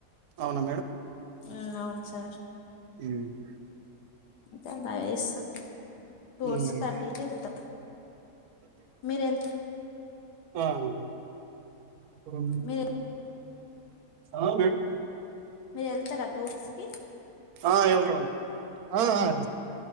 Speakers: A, on the right; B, on the left.
A: అవునా
B: ఆ అవును సార్
A: మ్
B: నేన్ చాయ్ బాగచేస్తా టూర్స్
A: హ్మ్.
B: కటిఇటి వెళ్తావ్ మీరు వెళ్
A: అవున్ ఓమ్
B: మీరు
A: ఆవ్ మేడం
B: మీరు ఏళ్తారా టూర్స్ కి?
A: ఆ! వెళ్తామండి. ఆ ఆయ్